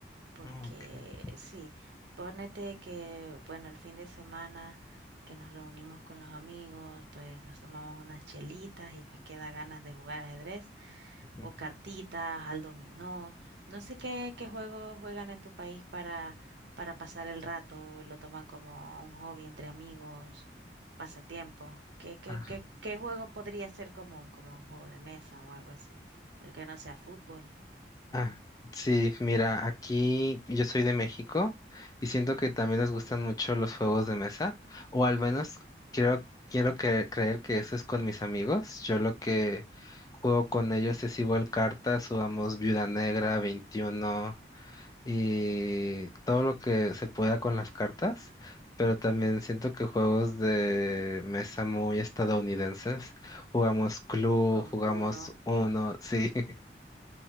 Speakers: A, on the right; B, on the left.
A: porque
B: Oh, ok.
A: sí, ponete que, bueno, el fin de semana que nos reunimos con los amigos, pues nos tomamos unas chelitas y pues queda ganas de jugar ajedrez
B: Ujú.
A: o cartitas, al dominó. No sé qué, qué juegos juegan en tu país para, para pasar el rato, lo toman como un hobby entre amigos, pasatiempo. ¿Qué, qué,
B: Ah,
A: qué, qué juego podría ser común, como un juego de mesa o algo así? El que no sea fútbol.
B: ah, sí, mira, aquí yo soy de México y
A: Ujú,
B: siento que también les gustan mucho los juegos de mesa, o al menos quiero, quiero que- creer que eso es con mis amigos. Yo lo que juego con ellos es igual cartas, jugamos Viuda Negra, 21. y todo lo que se pueda con las cartas, pero
A: ujú.
B: también siento que juegos de mesa muy estadounidenses, jugamos Clue,
A: Como
B: jugamos
A: uno.
B: Uno, sí, <laughs>